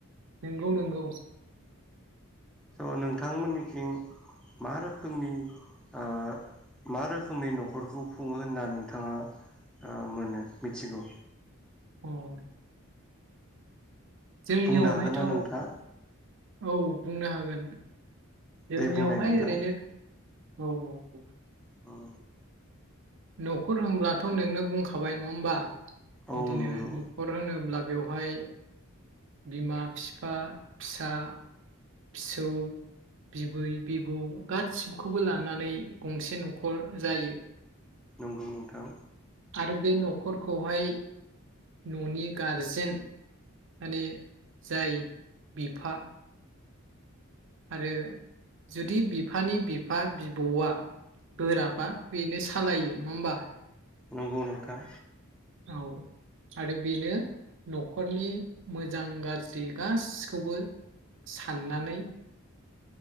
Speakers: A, on the right; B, in the centre.
A: नोंगौ नंगौ
B: स' नोंथांमोननिथिं मा रोखोमनि ओ मा रोखोमनि न'खरखौ खुङो होनना नोंथाङा ओ मोनो मिथिगौ
A: औ जोंनियावहायथ'
B: बुंनो हागोन ना नोंथाङा
A: औ बुंनो हागोन जोंनियावहाय
B: दे बुंनाय नोंथां
A: ओरैनो औ औ
B: औ
A: न'खर होनब्लाथ' नोंनो बुंखाबाय नङा होमबा
B: औ
A: बिदिनो
B: नंगौ
A: न'खर होनोब्ला बेवहाय बिमा बिफा फिसा फिसौ बिबै बिबौ गासिखौबो लानानै गंसे न'खर जायो
B: नंगौ नोंथां
A: आरो बे न'खरखौहाय न'नि गारजेन माने जाय बिफा आरो जुदि बिफानि बिफा बिबौआ बोराबा बेनो सालायो नङा होमबा
B: नंगौ नोंथां
A: औ आरो बेनो न'खरनि मोजां गाज्रि गाससिखौबो साननानै